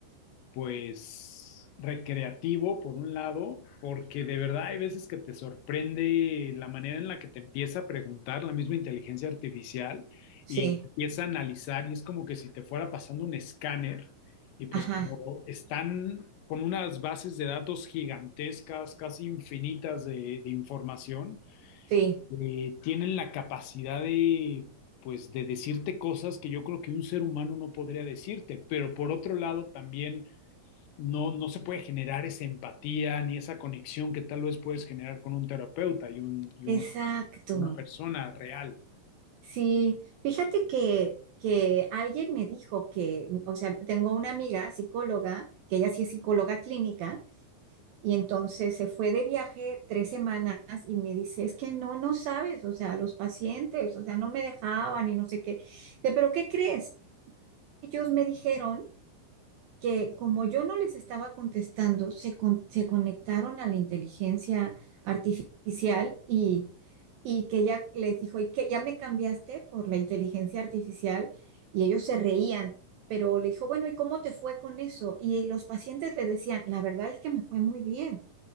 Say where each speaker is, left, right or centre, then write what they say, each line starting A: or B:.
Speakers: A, on the left; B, on the right.
A: pues recreativo por un lado, porque de verdad hay veces que te sorprende la manera en la que te empieza a preguntar la misma inteligencia artificial
B: Sí,
A: y empieza a analizar y es como que si te fuera pasando un escáner y pues
B: ajá,
A: como están con unas bases de datos gigantescas, casi infinitas de, de información,
B: sí.
A: eh, tienen la capacidad de pues de decirte cosas que yo creo que un ser humano no podría decirte, pero por otro lado también no, no se puede generar esa empatía ni esa conexión que tal vez puedes generar con un terapeuta y, un, y un-
B: Exacto.
A: una persona real.
B: Sí, fíjate que, que alguien me dijo que, o sea, tengo una amiga psicóloga, que ella sí es psicóloga clínica, y entonces se fue de viaje tres semanas y me dice, es que no, no sabes, o sea, los pacientes, o sea, no me dejaban y no sé qué. Dice, pero ¿qué crees? Ellos me dijeron que como yo no les estaba contestando, se, con- se conectaron a la inteligencia artificial y, y que ya les dijo, y que ya me cambiaste por la inteligencia artificial y ellos se reían, pero le dijo, bueno, ¿y cómo te fue con eso? Y, los pacientes le decían, la verdad es que me fue muy bien.